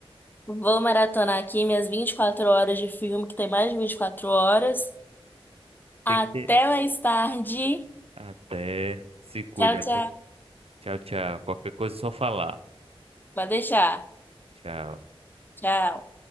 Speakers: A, on the left; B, on the right.
A: Vou maratonar aqui minhas 24 horas de filme, que tem mais de 24 horas. Até
B: Tem que ter.
A: mais tarde.
B: Até se cuida.
A: Tchau, tchau.
B: co- Tchau, tchau. Qualquer coisa é só falar.
A: Vai deixar.
B: Tchau.
A: Tchau.